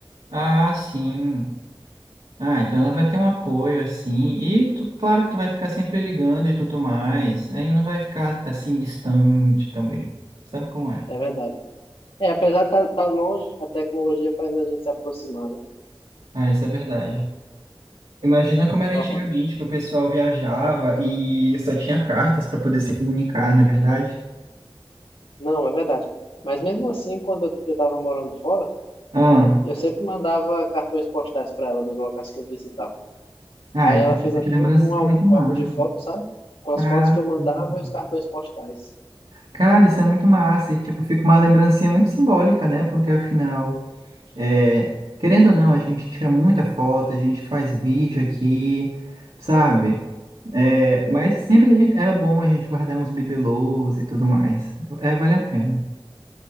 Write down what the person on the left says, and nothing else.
É verdade. É, apesar de estar tá, tá longe, a tecnologia faz a gente se aproximar, né?
Ó,
quan-
Não, é verdade. Mas mesmo assim, quando eu estava morando fora,
eu sempre mandava cartões postais para ela dos locais que eu visitava.
Aí
ela
fez até
um, um álbum,
um
álbum de fotos, sabe? Com as
fotos que eu mandava
e os cartões postais.
Uhum.